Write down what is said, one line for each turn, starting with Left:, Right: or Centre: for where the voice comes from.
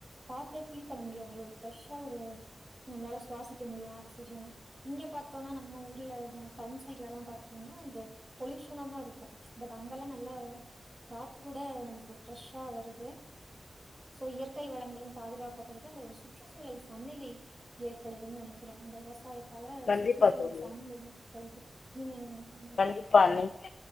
Right: காத்தே ஃபி பண்ண முடியு அப்டி ஒரு ப்ரெஷ்ஷா ஒரு நம்மளால சுவாசிக்க முடியு ஆக்சிஜன இங்க பாத்தோனா நம்ம ஊர்ல அதுதாய் டவுன் சைடுல எல்லா பாத்தோனா அந்த பொல்யூஷன தா இருக்கு பட் அங்கெல்லா நல்ல காத்து கூட நமக்கு ப்ரெஷ்ஷா வருது சோ இயற்கை வளங்களும் பாதுகாக் அப்டிதா இந்த ஒரு சுற்றுச்சூழல் சம்நிலை ஏற்படுதுன் நெனைக்கிற இந்த விவசாயத் தல
Left: கண்டிப்பா
Right: சுற்றுச்சூழல்
Left: தோழி
Right: சமையல் <inaudible> கடைக்கும் நீங்க என்ன நெனைக்கீங்க
Left: கண்டிப்பா நீங்க